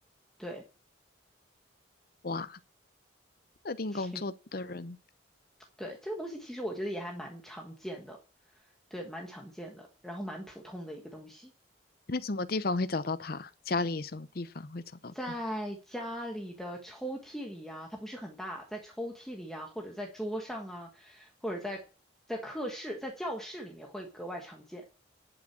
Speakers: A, in the centre; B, on the left (about 50°).
A: 对
B: 哇，特定工作的人
A: <laughs> 对，这个东西其实我觉得也还蛮常见的，对，蛮常见的，然后蛮普通的一个东西。
B: 在什么地方会找到他？家里什么地方会找到他？
A: 在家里的抽屉里呀，它不是很大，在抽屉里呀，或者在桌上啊，或者在在课室、在教室里面会格外常见。